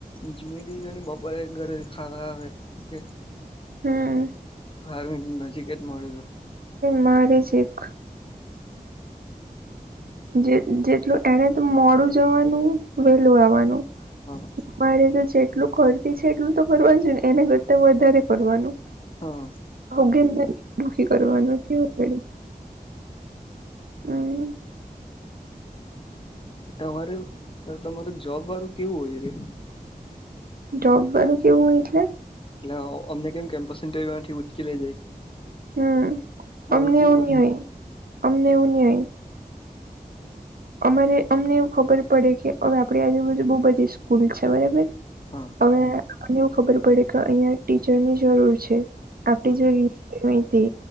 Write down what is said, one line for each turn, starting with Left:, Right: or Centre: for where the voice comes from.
Left: જમ દજને પપા ઘરે ખાવા આવે કે.
Right: હા.
Left: સારું નજીક જ મળે.
Right: મારે છે એક. જે જેટલું એને તો મોડું જવાનું વેલું આવવાનું.
Left: હા.
Right: મારે તો જેટલું કરતી છે એટલું તો કરવાનું છે ને એના કરતા વધારે કરવાનું.
Left: હા
Right: ગમ દુઃખી કરવાનુંવું. હમ.
Left: તમારે તમારું જોબ વાળું કેવું હોય રે.
Right: જબ બાડુ કેવું હોયલે.
Left: એટલે અમેક એમ ક કેમ્પસન્ટ ઠ ઉચકી લ જાય
Right: હમ
Left: તમારું
Right: અમને
Left: કેવું
Right: એવું નહ હોય અમને એવું નહ હોય. અમારે અમને એવું ખબર પડે કે હવે આપણી આજુબાજુ બહુ બધી સ્કૂલ છે બરાબર.
Left: હોય
Right: હવેને એવું ખબર પડે કે અહિયાં ટીચરની જરૂર છે. આપણે
Left: હા
Right: જોઈય તે.